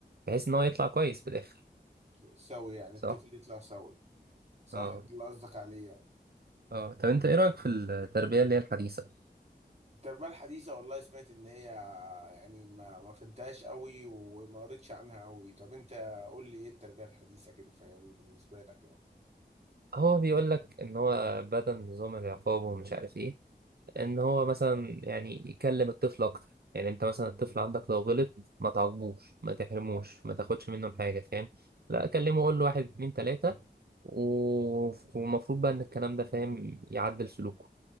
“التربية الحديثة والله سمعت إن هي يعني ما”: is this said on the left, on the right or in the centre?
Right